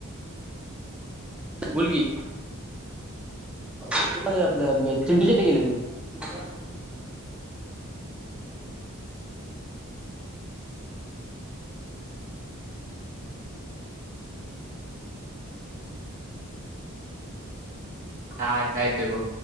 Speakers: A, in the centre; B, on the right (about 35°).
A: बोल की, आपल <unintelligible> चिंटू गेले <unintelligible> <inaudible>
B: हा, आता येतोय बघ.